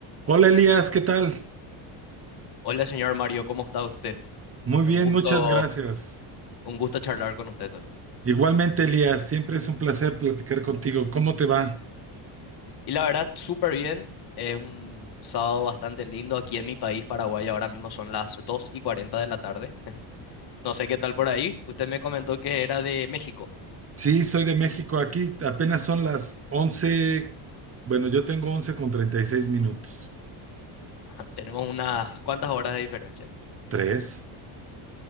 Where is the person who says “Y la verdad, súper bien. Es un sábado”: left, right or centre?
Left